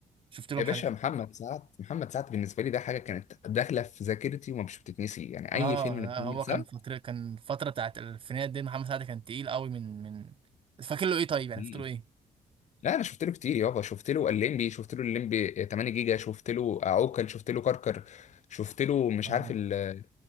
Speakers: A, on the right; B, on the left.
A: شفت لهم
B: يا باشا
A: حاجه
B: محمد سعد محمد سعد بالنسبه لي ده حاجه كانت داخله في ذاكرتي ومش بتتنسي يعني
A: اه
B: اي فيلم لمحمد
A: لا هو
B: سعد
A: كان فترة كان الفترة بتاعت الألفينات دي محمد سعد كان تقيل قوي من من فاكر له ايه طيب يعني
B: مم.
A: فاكر له ايه؟
B: لا انا شفت له كتير يابا شفت له الليمبي شفت له الليمبي 8 جيجا شفت له عوكل شفت له كركر شفت له مش
A: آه.
B: عارف ال آه،